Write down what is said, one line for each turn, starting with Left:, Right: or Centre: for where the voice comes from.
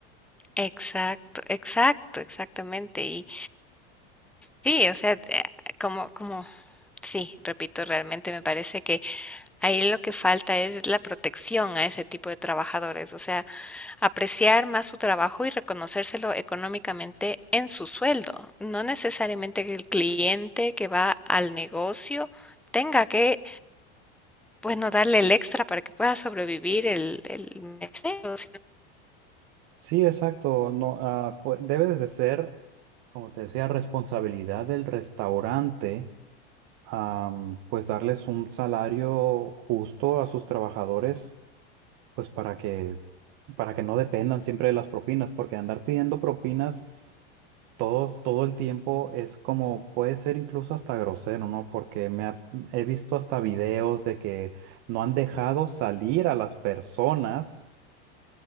Centre: Exacto, exacto, exactamente. Y sí, o sea, te- como, como, sí, repito, realmente me parece que ahí lo que falta es la protección a ese tipo de trabajadores. O sea, apreciar más su trabajo y reconocérselo económicamente en su sueldo. No necesariamente que el cliente que va al negocio tenga que, bueno, darle el extra para que pueda sobrevivir el, el mesero.
Right: Sí, exacto. No, ah, pues, debes de ser, como te decía, responsabilidad del restaurante, am, pues darles un salario justo a sus trabajadores, pues para que, para que no dependan siempre de las propinas, porque andar pidiendo propinas todos, todo el tiempo es como, puede ser incluso hasta grosero, ¿no? Porque me ha- he visto hasta videos de que no han dejado salir a las personas